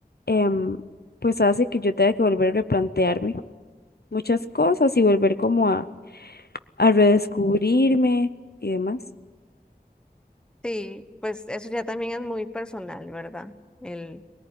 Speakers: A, on the left; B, in the centre.
A: em, pues hace que yo tenga que volver a replantearme muchas cosas y volver como a, a redescubrirme y demás.
B: Sí, pues eso ya también es muy personal, ¿verdad? El,